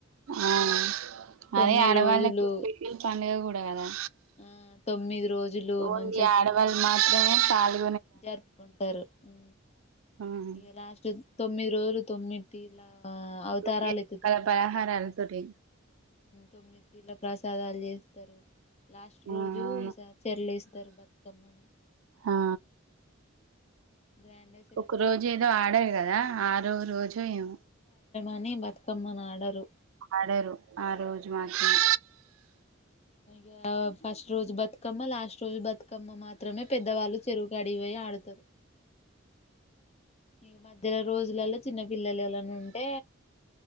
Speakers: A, on the right; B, on the left.
A: ఆ
B: తొమ్మిది
A: అదే అడవాళకి
B: రోజులు
A: స్పెషల్ పండగ కూడా అట కదా
B: ఆ తొమ్మిది రోజులు
A: ఓన్లీ
B: మంచిగా
A: ఆడవాళ్లు
B: పూలని
A: మాత్రమే కాలి
B: జరుపుకుంటారు ఊ
A: ఉమ్.
B: ఇగా లాస్ట్ ది తొమ్మిది రోజులు తొమ్మిది తీర్ల ఆ అవతారాలు
A: ఒకే రకాల
B: ఎత్తుతది బతుకమ్మ
A: పలహారాలతోటి
B: తోమిది తీర్ల ప్రసాదాలు చేస్తారు లాస్ట్ రోజు
A: ఆ అవును
B: చెర్ల ఎస్తారు బతుకమ్మను
A: ఆ
B: గ్రాండ్ గా సెలబ్రేట్
A: ఒక రోజు
B: చేసుకుంటారు
A: ఏదో ఆడరు కదా ఆరో రోజు ఏమో
B: అని బతుకమ్మని ఆడారు
A: ఆడరు ఆ రోజు మాత్రంే
B: ఇ ఫస్ట్ రోజు బతుకమ్మ లాస్ట్ రోజు బతుకమ్మ మాత్రమే పెద్దవాళ్ళు చెరువుకు అడిపోయి ఆడతారు ఈ మధ్యలో రోజులలో చిన్న పిల్లలు ఉంటే